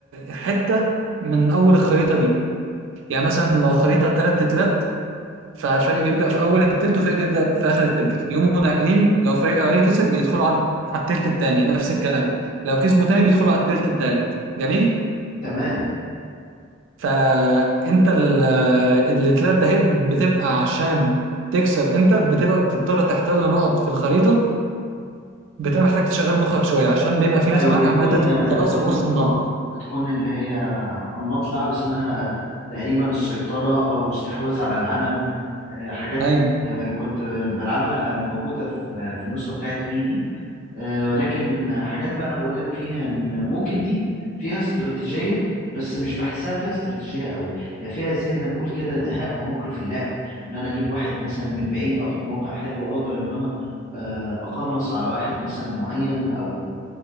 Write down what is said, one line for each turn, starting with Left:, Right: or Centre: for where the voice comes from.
Right: حتة من أول الخريطة دي يعني مثلا لو خريطة تلات تلات ففريق بيبدأ في أول التلت وفريق بيبدأ في آخر التلت يقوموا ناقلين لو فريق الأولاني كسب بيدخلوا على على التلت التاني نفس الكلام لو كسبوا تاني بيدخلوا على التلت التالت جميل
Left: تمام
Right: فانت ال- الاتلات ده هي بتبقى عشان تكسب انت بتبقى بتضطر تحتل نقط في الخريطه بتبقى محتاج تشغل مخك شويه عشان بيبقى في ناس
Left: ايوه
Right: معاك
Left: بتكون
Right: عماله تدخل
Left: بتكون
Right: خلاص في وسط النار
Left: اه آه، بتكون اللي هي انماط لعب اسمها تقريبا السيطرة او استحواذ على العالم آه، حاجات
Right: ايوه
Left: آه، كنت بلعبها موجودة في في النسخة بتاعت في دي آه، ولكن حاجات بقى انا بقول لك فيها ان ممكن دي فيها استراتيجية بس مش بحسها فيها استراتيجية قوي هي فيها زي ما نقول كده دهاء او مكر في اللعب ان انا اجيب واحد مثلا من بعيد اخد موقع حلو اقدر ان انا آه، اقنص على واحد مثلا معين او